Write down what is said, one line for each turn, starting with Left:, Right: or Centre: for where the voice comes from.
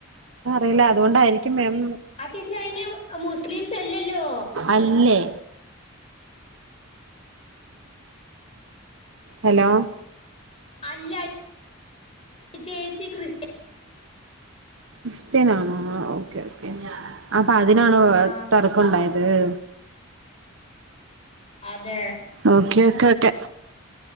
Right: അറിയില്ല അതുകൊണ്ടായിരിക്കും മേം
Left: ആ ചേച്ചി അയിന് അ മുസ്ലിംസല്ലല്ലോ.
Right: അല്ലെ? <inaudible> ഹലൊ
Left: അല്ലായ് ഇ ച്ചേച്ചി ക്രിസ്യ
Right: ക്സ്ത്യനാണോ ആ ഓക്കെ ഓക്കെ അപ്പതിനാണോ ഒ
Left: ആ
Right: തർ - പ്പണ്ടായത് <inaudible>
Left: ആതെ
Right: ഓക്കെ ഓക്കെ ക്കെ